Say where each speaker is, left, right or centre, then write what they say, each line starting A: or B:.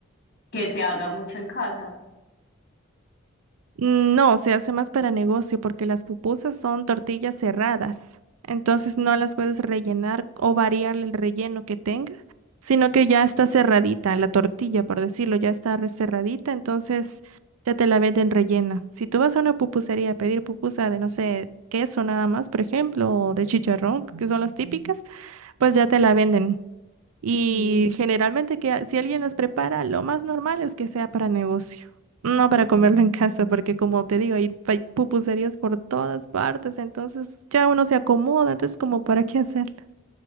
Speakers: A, on the left; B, on the right.
A: que se haga mucho en casa.
B: mm, No, se hace más para negocio porque las pupusas son tortillas cerradas. Entonces no las puedes rellenar o variarle el relleno que tenga, sino que ya está cerradita la tortilla, por decirlo, ya está re- cerradita, entonces ya te la venden rellena. Si tú vas a una pupusería a pedir pupusa de, no sé, queso nada más, por ejemplo, o de chicharrón, que son las típicas, pues ya te la venden. Y
A: Mm,
B: generalmente que a- si alguien las prepara, lo más normal es que sea para negocio, no para comerlo en casa, porque como te digo, hay, hay pupuserías por todas partes, entonces ya uno se acomoda, entonces como para qué hacerlas.